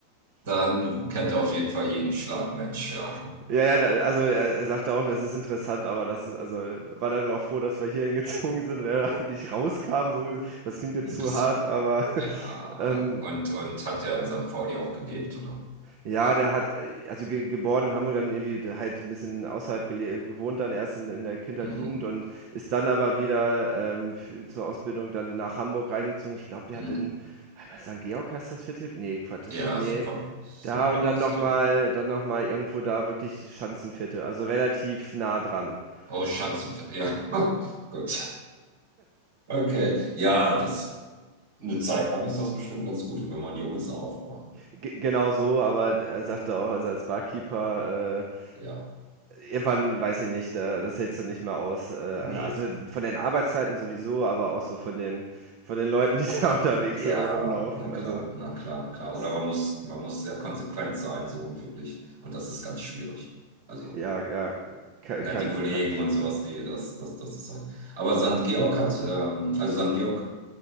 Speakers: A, on the right; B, on the right.
A: dann kennt er auf jeden Fall jeden Schlagmensch, ja.
B: Ja, ja, da, also er, er sagte auch, das ist interessant, aber das, also war dann auch froh, dass wir hierhin gezogen sind und er <laughs> da nicht rauskam. So, das klingt jetzt
A: Ein
B: zu
A: bisschen.
B: hart, aber <laughs>
A: Ja.
B: ähm,
A: Und, und hat er
B: ja,
A: in St. Pauli auch gelebt, oder?
B: ja, der hat, äh, also ge geboren in Hamburg, dann irgendwie halt ein bisschen außerhalb gele gewohnt, dann erst in, in der Kindheit,
A: Mhm.
B: Jugend und ist dann aber wieder ähm, f- zur Ausbildung dann nach Hamburg reingezogen. Ich glaube, der
A: Mhm.
B: hat in einmal St. Georg heißt das Viertel? Nee, Quatsch, ist
A: Ja,
B: das? Nee.
A: super. St.
B: Da und
A: Georg
B: dann
A: ist
B: nochmal,
A: toll.
B: dann nochmal irgendwo da wirklich Schanzenviertel, also relativ nah dran. <laughs>
A: Oh, Schanzenfest. Ja, <laughs> gut. Okay. Ja, das eine Zeit lang ist das bestimmt ganz gut. Und wenn man jung ist auch, aber
B: G genau so,
A: ja.
B: aber er sagte auch, also als Barkeeper äh,
A: Ja.
B: Irgendwann weiß ich nicht, da, das hältst du nicht mehr aus. Äh, Also
A: Nee.
B: also von den Arbeitszeiten sowieso, aber auch so von den, von den Leuten, die da <laughs> unterwegs
A: Ja,
B: sind und rumlaufen.
A: na klar,
B: Also
A: na klar, na klar.
B: das,
A: Oder man muss, man muss sehr konsequent sein, so und wirklich. Und das ist ganz schwierig. Also,
B: ja, ja, kann,
A: ne,
B: kann,
A: die Kollegen
B: kann auch schwierig
A: und sowas,
B: sein.
A: die, das, das, das ist halt. Aber St. Georg hat, ähm, also St. Georg